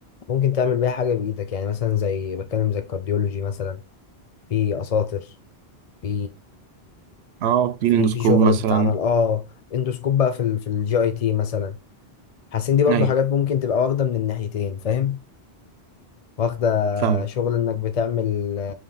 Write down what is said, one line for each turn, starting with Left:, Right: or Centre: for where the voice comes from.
Left: ممكن تعمل بيها حاجه بايدك يعني مثلا زي بتكلم زي الكارديولوجي مثلا في اساطر في
Right: أه
Left: في
Right: في الاندوسكوب
Left: في شغل
Right: مثلا
Left: بتعمل اه اندوسكوب بقى في ال في الجي اي تي مثلا حاسس ان دي برضو
Right: أيوة
Left: حاجات ممكن تبقى واخده من الناحيتين فاهم واخده
Right: فاهم
Left: شغل انك بتعمل